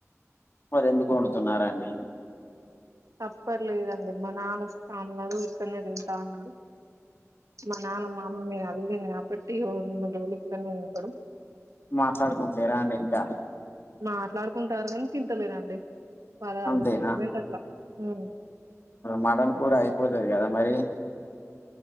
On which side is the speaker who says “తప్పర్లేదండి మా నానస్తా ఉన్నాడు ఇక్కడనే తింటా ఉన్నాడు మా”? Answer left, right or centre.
Right